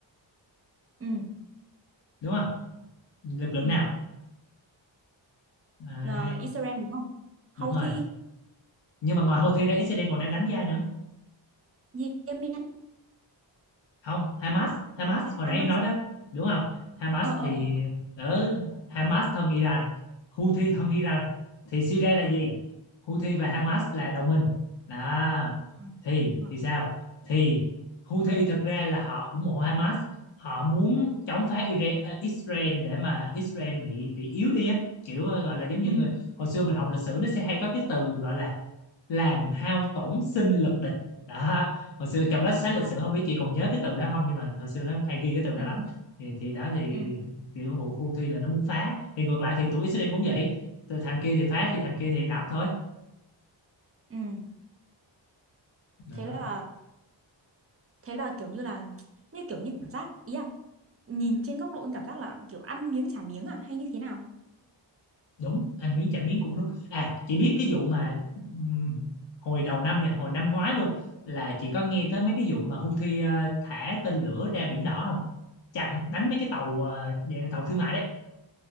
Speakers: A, on the right; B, on the left.
A: Ừ.
B: đúng không lực lượng
A: Ừ.
B: nào Đấy,
A: là Israel đúng không Houthi
B: đúng rồi nhưng mà ngoài Houthi ra Israel còn đang đánh da nữa
A: Yemen
B: không Hamas Hamas
A: hay
B: hồi nãy
A: Hamas
B: em nói đó đúng không Hamas
A: ờ ờ
B: thì
A: ờ
B: ở Hamas thân Iran Houthi thân Iran thì Syria là gì Houthi và Hamas là đồng minh đó
A: À,
B: thì
A: đúng rồi.
B: thì sao thì Houthi thật ra là họ ủng hộ Hamas họ muốn chống phá Ira- ờ, Israel để mà Israel bị bị yếu đi á kiểu ờ, gọi là giống như
A: ừ
B: người, hồi xưa mình học lịch sử nó sẽ hay có cái từ gọi là làm hao tổn sinh lực địch đó hồi xưa trong lớp sách
A: ờ
B: lịch sử không biết chị còn nhớ cái từ đó không nhưng mà hồi xưa nó hay ghi cái từ đó
A: ừ
B: lắm
A: ừ
B: thì thì đó thì
A: ừ
B: kiểu Hu- Houthi là nó muốn phá thì ngược lại thì tụi Israel cũng vậy từ thằng kia thì phá thì thằng kia thì đập thôi
A: ừ.
B: đó.
A: thế là thế là kiểu như là như kiểu như cảm giác ý à nhìn trên góc độ anh cảm giác là kiểu ăn miếng trả miếng à hay như thế nào
B: đúng ăn miếng trả miếng cũng đúng à chị biết cái vụ mà ừm, hồi đầu năm nha hồi năm ngoái luôn là chị có nghe tới mấy cái vụ mà Houthi ờ, thả tên lửa ra biển đỏ không chặn đánh mấy cái tàu ờ, dạng tàu thương mại đấy